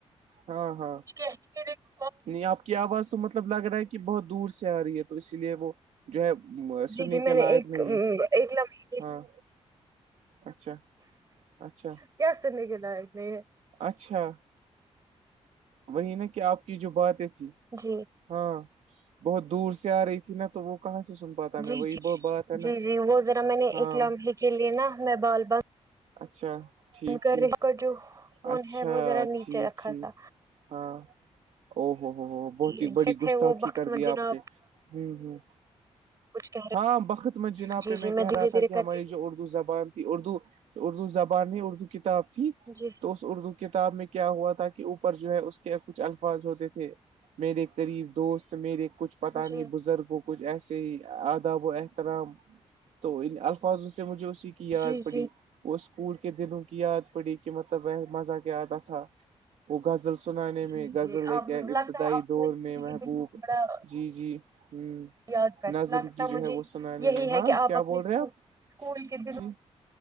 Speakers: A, on the right (about 80°); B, on the right (about 30°).
A: ہاں ہاں
B: کہ <unintelligible>
A: نہیں آپ کی آواز تو مطلب لگ رہا ہے کہ بہت دور سے آ رہی ہے تو اسی لیے وہ جو ہے
B: جی
A: سننے
B: جی
A: کے
B: میں نے
A: لائق
B: ایک
A: نہیں ہے
B: ایک لمحے
A: ہاں اچھا اچھا
B: کیا سنے کے لائق نہیں یہ
A: اچھا وہی نا کہ آپ کی جو باتیں تھی
B: جی
A: ہاں بہت دور سے آ رہی تھی نا تو وہ کاں سن پاتا
B: جی
A: میں وہی
B: جی
A: وہ بات ہے نا
B: جی جی وہ ذرا میں نے
A: ہاں
B: ایک لمحے کے لیے نا میں بال بغ
A: اچھا ٹھیک
B: ان کا
A: ٹھیک
B: ر کا جو فون
A: اچھا
B: ہے وہ ذرا نیچے
A: ٹھیک
B: رکھا
A: ٹھیک
B: تھا
A: ہاں او ہوو ہو ہو بہت
B: جیت
A: ہی بڑی گستاخی
B: ہے وہ وقت
A: کر
B: مجنا
A: دیا آپ نے جی ہوں
B: کچھ کہہ
A: ہاں بخط مت جناب
B: رہے جی
A: پہ
B: جی
A: میں کہہ
B: دھیرے
A: رہا
B: دھیرے
A: تھا کہ ہماری
B: کر کے
A: جو اردو زبان تھی اردو اردو زبان نے اردو کتاب تھی
B: جی
A: تو اس اردو کتاب میں کیا ہوا تھا کہ اوپر جو ہے اس کے کچھ الفاظ ہوتے تھے میرے قریب دوست میرے کچھ
B: جی
A: پتا نہیں بزرگوں کچھ ایسے ہی آداب و احترام تو ان الفاظوں سے مجھے اسی کی یاد
B: جی
A: پڑی
B: جی
A: وہ اسکول کے دلوں کی یاد پڑی کہ مطلب وہ مزہ کیا آتا تھا وہ غزل سنانے
B: جی
A: میں غزل
B: جی
A: ہے
B: آپ
A: کیا ابتدائی
B: لگتا ہے آپ کو
A: دور
B: اسکول
A: میں
B: کے
A: محبوب
B: دن بڑا
A: جی جی ہ
B: یاد کر
A: نظم
B: لگتا
A: کی جو
B: مجھے
A: ہے وہ سنانے
B: یہی
A: میں ہاں
B: ہے کہ آپ
A: کیا
B: اپنے
A: بول
B: اسکول
A: رہے آپ
B: کے دنوں
A: جی